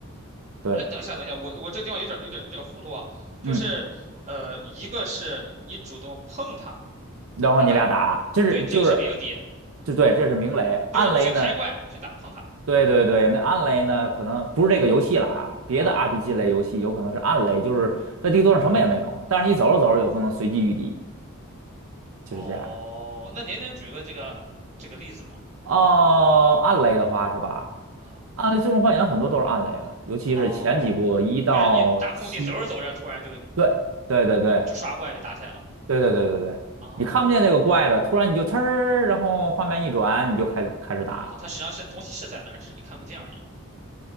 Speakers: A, on the right; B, on the right.
A: 对，
B: 哎，等一下，等一下，我我这个地方有点有点有点糊涂啊，就是呃，
A: 嗯，
B: 一个是你主动碰它，
A: 然后你俩打，
B: 它打，
A: 这是就是，
B: 对，这个是鸣底，
A: 就对，这是明雷，
B: 就是你去开怪去打碰它
A: 暗雷呢？对对对，那暗雷呢，可能不是这个游戏了啊，别的
B: 啊。
A: RPG 类游戏有可能是暗雷，就是在地图上什么也没有，但是你走着走着有可能随机遇敌，就是这样。
B: 哦，那您能举个这个这个例子吗？
A: 哦、
B: 我可能，
A: 暗雷的话是吧？
B: 嗯，
A: 暗雷最终幻想很多都是暗雷啊，尤其是前几部一到七，
B: 哦，就是你大空地走着走着，突然就就
A: 对对对对
B: 就刷怪就打起来了。
A: 对对对对对，
B: 哦，
A: 你看不见这个怪的，突然你就呲儿，然后画面一转，你就开开始打。
B: 哦，它实际上是东西是在那儿，只是你看不见而已。